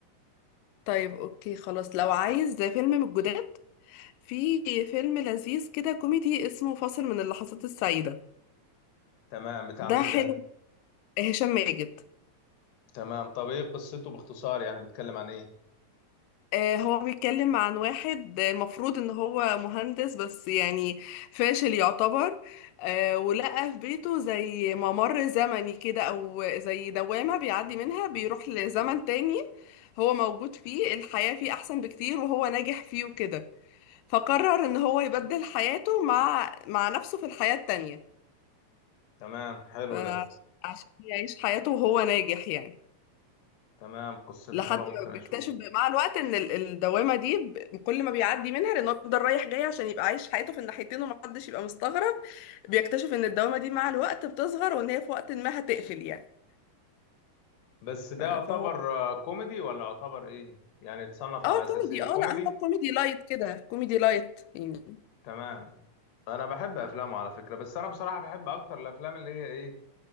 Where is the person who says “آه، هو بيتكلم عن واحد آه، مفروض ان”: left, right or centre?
Left